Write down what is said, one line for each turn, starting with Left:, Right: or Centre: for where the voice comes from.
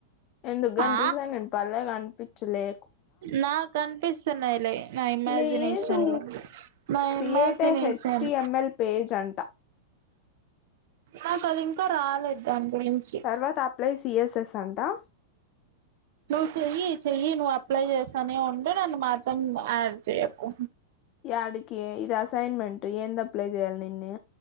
Left: ఎందుకు గనిపిస్త
Right: ఆ
Left: నేను పల్లెగ నిపించ చిలే
Right: నాకు కనిపిస్తున్నాయిలే నా ఇమాజినేషన్
Left: లేదు
Right: లో నా
Left: create
Right: imagination
Left: a HTML page అంట
Right: నాకు అది ఇంకా రాలేదు దానికి కిమించి
Left: తర్వాత అప్లై సిఎస్ఎస్ అంటా
Right: నువ్వు చెయ్యి చెయ్యి నువ్వు అప్లై చేస్తానే ఉండు నన్ను మాత్రం యాడ్ చెయ్యకు
Left: యాడికి ఇది అసైన్మెంట్ ఎందప్లై చేయ్యాలి నిన్ని